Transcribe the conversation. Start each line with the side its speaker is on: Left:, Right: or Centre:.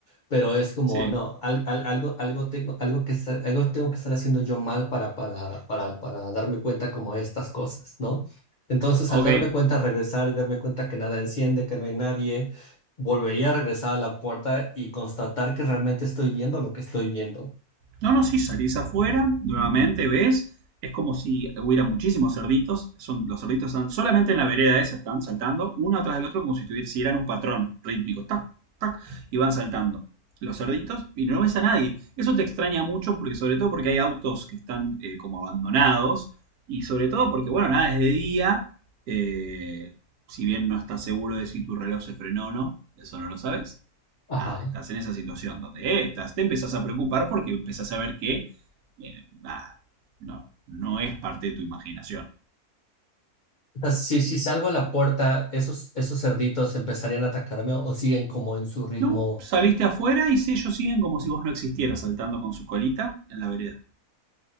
Left: pero es como,
Right: Sí.
Left: no, al- al- algo, algo tengo, algo que, estar- algo tengo que estar haciendo yo mal para, para, para, para darme cuenta como de estas cosas, ¿no? Entonces,
Right: Ok.
Left: al darme cuenta, regresar y darme cuenta que nada enciende, que no hay nadie, volvería a regresar a la puerta y constatar que realmente estoy viendo lo que estoy viendo.
Right: No, no, sí, salís afuera, nuevamente ves, es como si hubiera muchísimos cerditos, son, los cerditos están solamente en la vereda esa, están saltando uno atrás del otro como si tuvieran si eran un patrón rítmico, tac, tac, y van saltando los cerditos y no ves a nadie. Eso te extraña mucho porque sobre todo porque hay autos que están eh, como abandonados y sobre todo porque, bueno, nada, es de día, eh, si bien no estás seguro de si tu reloj se frenó o no, eso no lo sabes
Left: Ajá.
Right: nada, estás en esa situación donde eh, estás, te empezás a preocupar porque empezás a ver que eh, nada, no, no es parte de tu imaginación.
Left: O sea, si, si salgo a la puerta, esos, esos cerditos empezarían a atacarme o siguen como en su ritmo
Right: No, saliste afuera y si ellos siguen como si vos no existieras saltando con su colita en la vereda.